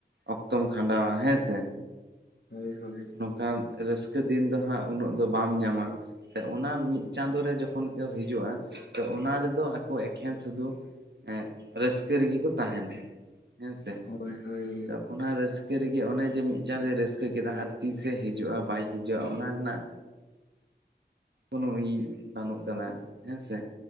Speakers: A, on the right; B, on the left.
A: ᱚᱠᱛᱚᱢ ᱠᱷᱟᱸᱰᱟᱣᱟ ᱦᱮᱸ ᱥᱮ
B: ᱦᱳᱭ ᱦᱳᱭ
A: ᱱᱚᱝᱠᱟᱱ ᱨᱟᱹᱥᱠᱟᱹ ᱫᱤᱱ ᱫᱚ ᱦᱟᱸᱜ ᱩᱱᱟᱹᱜ ᱫᱚ ᱵᱟᱢ ᱧᱟᱢᱟ ᱚᱱᱟ ᱢᱤᱫ ᱪᱟᱸᱫᱳᱨᱮ ᱡᱠᱷᱚᱱ ᱠᱚ ᱦᱤᱡᱩᱜᱼᱟ ᱚᱱᱟ ᱨᱮᱫᱚ ᱟᱠᱚ ᱮᱠᱷᱮᱱ ᱥᱩᱫᱷᱩ ᱮ ᱨᱟᱹᱥᱠᱟᱹ ᱨᱮᱜᱮ ᱠᱚ ᱛᱟᱦᱮᱸᱱᱟ ᱦᱮᱸᱥᱮ
B: ᱦᱳᱭ ᱦᱳᱭ
A: ᱛᱚ ᱚᱱᱟ ᱨᱟᱹᱥᱠᱟᱹ ᱨᱟᱹᱥᱠᱟᱹ ᱨᱮᱜᱮ ᱚᱱᱮ ᱡᱮ ᱢᱤᱫ ᱪᱟᱸᱫᱚᱭ ᱨᱟᱹᱥᱠᱟᱹ ᱠᱮᱫᱟ ᱟᱨ ᱛᱤᱥᱮ ᱦᱤᱡᱩᱜᱼᱟ ᱵᱟᱭ ᱦᱤᱡᱩᱜᱼᱟ ᱚᱱᱟ ᱨᱮᱱᱟᱜ ᱠᱳᱱᱳ ᱵᱟᱹᱱᱩᱜ ᱟᱠᱟᱫᱟ ᱦᱮᱸᱥᱮ